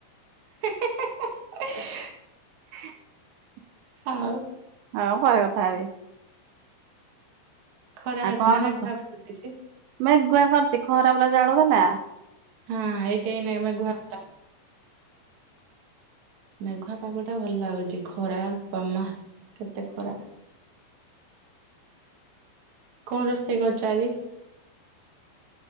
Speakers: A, on the right; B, on the right.
A: ହେ ହେ ହେ ହେ ହେ ଏ।
B: <inaudible>
A: ହଉ।
B: ହଁ ପରେ କଥା ହେବି।
A: ଖରା ହଉଛି
B: ଆଉ କଣ
A: ନା
B: କରୁଛ
A: ମେଘୁଆ ପାଗ ଦେଇଛି।
B: ମେଘୁଆ କରିଛି ଖରା ପୁରା ଜାଳୁ ଥେଲା।
A: ହଁ ଏଇଟି ଏଇଟି ଏଇନେ ମେଘୁଆ କଲା ଭଳିଆ ହେଇଚି।
B: <inaudible>
A: ମେଘୁଆ ପାଗ ଟା ଭଲ ଲାଗୁଛି। ଖରା ବୋପା ମା କେତେ ଖରା। କଣ ରୋଷେଇ କରିଚ ଆଜି?